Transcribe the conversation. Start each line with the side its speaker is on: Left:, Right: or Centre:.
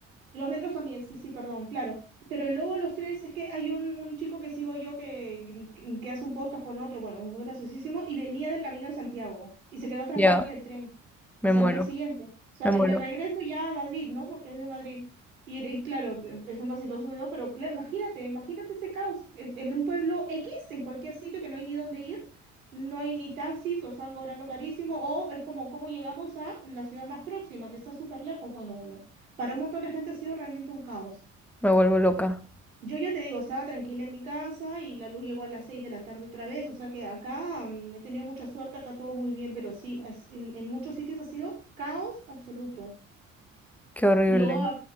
Right: Los metros también, sí, sí, perdón, claro. Pero luego los trenes es que hay un, un chico que sigo yo que, que, que hace un podcast con otro, bueno, es graciosísimo, y venía del Camino de Santiago y se quedó atrapado
Centre: Ya.
Right: en el tren
Centre: Me
Right: hasta
Centre: muero,
Right: el día siguiente. O sea,
Centre: me muero,
Right: en el regreso ya a Madrid, ¿no? Porque es de Madrid. Y, y claro, e, es un vaciloso video, pero cla- imagínate, imagínate ese caos. En, en un pueblo X, en cualquier sitio que no hay ni dónde ir, no hay ni taxis, o estaban cobrando carísimo, o es como, ¿cómo llegamos a la ciudad más próxima, que está súper lejos? Bueno, bueno para un montón de gente ha sido realmente un caos.
Centre: me vuelvo loca.
Right: Yo ya te digo, estaba tranquila en mi casa y la luz llegó a las 6 de la tarde otra vez, o sea que acá mm, he tenido mucha suerte, acá todo muy bien, pero sí, es- en, en muchos sitios ha sido caos absoluto.
Centre: Qué horrible.
Right: Y luego <laughs> ha